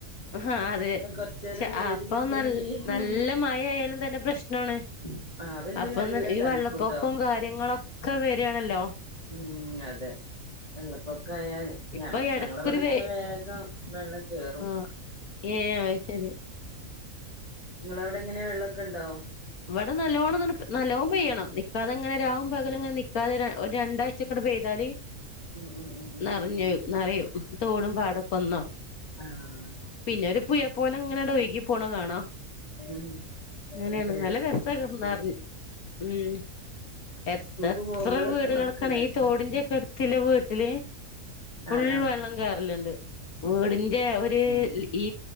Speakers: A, on the left; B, on the left.
A: ആഹ് അതെ
B: കൊർച്ച്
A: പക്ഷെ
B: ഏരം ഒരു വെയ്ല്
A: അപ്പൊ
B: കിട്ടെങ്കി
A: നൽ നല്ല
B: ന്ന്ള്ളെ
A: മഴ ആയാലും തന്നെ പ്രശ്നാണ് അപ്പൊ
B: നല്ല
A: ഈ
B: തണ്പുട്ടോ
A: വെള്ളപ്പൊക്കവും കാര്യങ്ങളൊക്കെ വരാണല്ലോ
B: ഉം അതെ വെള്ളപോ ക
A: ഇപ്പൊ
B: ഞ
A: എടക്കൊരു
B: ഞങ്ങള് വ്ടെക്കെ
A: വെ
B: വേഗം വെള്ളം കേറും
A: ആഹ് ഏഹ് അത് ശരി
B: നിങ്ങള അവിടെ എങ്ങനെയെ വെള്ളമൊക്കെ ഉണ്ടാവോ
A: ഇവിടെ നല്ലോണം പെയ്യണം നിൽക്കാതെ ഇങ്ങനെ രാവും പകലും ഇങ്ങനെ നിക്കാതെ ഒരു രണ്ടാഴ്ചക്കടെ പെയ്താല്
B: ഉം ഉം ഉം ഉം
A: നിറഞ്ഞു നിറയും തോടും പാടൊക്കെ ഒന്നാവും
B: ആഹ് ഹ
A: പിന്നെ ഒരു പുഴ പോലെ ഇങ്ങനെ അങ്ങട് ഒഴകി പോണെ കാണാം
B: മ്മ്
A: അങ്ങനെയാണ് നല്ല രസ നിറഞ്ഞ് മ്മ് എത്ര
B: സ്കൂൾക്ക് പോകുമ്പോഴൊക്കെ
A: വീടുകൾക്കാണ്
B: മക്കള്
A: ഈ തോടിന്റെക്കെ എടുത്ത് ചില വീട്ടില്- ഫുൾ
B: ആഹ് ആഹ്
A: വെള്ളം കേയറലുണ്ട് വീടിന്റെ ഒരു ഈ